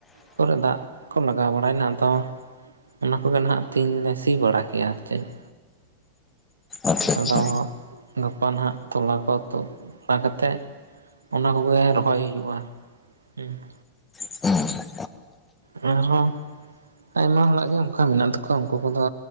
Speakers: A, on the right (about 75°); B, on the left (about 15°).
A: ᱠᱚᱨᱮ ᱫᱟᱜ ᱠᱚ ᱞᱟᱜᱟᱣ ᱵᱟᱲᱟᱭᱮᱱᱟ ᱟᱫᱚ ᱾ ᱚᱱᱟ ᱠᱚᱜᱮ ᱱᱷᱟᱜ ᱛᱮᱦᱮᱧ ᱞᱮ ᱥᱤ ᱵᱟᱲᱟ ᱠᱮᱜᱼᱟ ᱟᱨ ᱪᱮᱫ ᱾
B: ᱟᱪᱪᱷᱟ ᱟᱪᱪᱷᱟ
A: ᱟᱫᱚ ᱜᱟᱯᱟ ᱱᱷᱟᱜ ᱛᱚᱞᱟ ᱠᱚ ᱛᱩᱫ ᱵᱟᱲᱟ ᱠᱟᱛᱮᱜ ᱚᱱᱟ ᱠᱚᱜᱮ ᱨᱚᱦᱚᱭ ᱦᱩᱭᱩᱜᱼᱟ ᱦᱮᱸ ᱾
B: <inaudible>
A: ᱮᱱ ᱨᱮᱦᱚᱸ ᱟᱭᱢᱟ ᱦᱚᱲᱟᱜ ᱜᱮ ᱚᱱᱠᱟ ᱢᱮᱱᱟᱜ ᱛᱟᱠᱚᱣᱟ ᱩᱱᱠᱩ ᱠᱚᱫᱚ